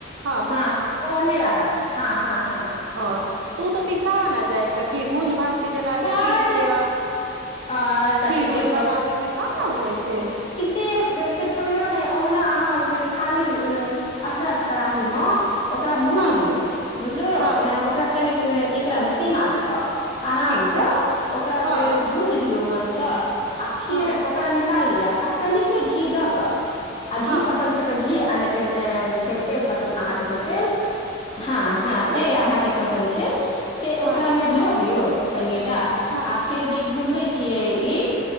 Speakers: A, on the right (about 85°); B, on the left (about 30°).
A: हँ
B: हाँ ओहने रहत। हाँ-हाँ।
A: अ तू ते पिसा उन्ना जाय <unintelligible> की बु भाँज के जेना
B: बड
A: अगर पीस के अ
B: आ सखी
A: खीर-उर
B: के
A: बनाबे मे कम न हो जाय छै।
B: के‌ बक छोड़ियौ नहि ओहना अहाँ खाली अखरक कड़ाही म। ओकरा भूज
A: हँ
B: दियौ बुझलियौ
A: हँ
B: ओकरा कनि। एकरा मे सी माचप। आरामसँ
A: ठीक छै
B: ओकरा अ।
A: हँ
B: दियौ मन से। आ फिर
A: हँ
B: ओकरा नि निका लिअ आ कनिके घी दऽ क। आ घी
A: हँ
B: पसन्द छै तऽ घी। आने त ए छै। तेल पसन्द अहाँके तऽ तेल हँ
A: ठीक
B: हँ
A: छै
B: जे अहाँके। पसन्द छै। से ओकरामे
A: हँ
B: धऽ दियौ। कनिये। आ
A: हँ
B: आ फिर जे। भूजले छियै ई।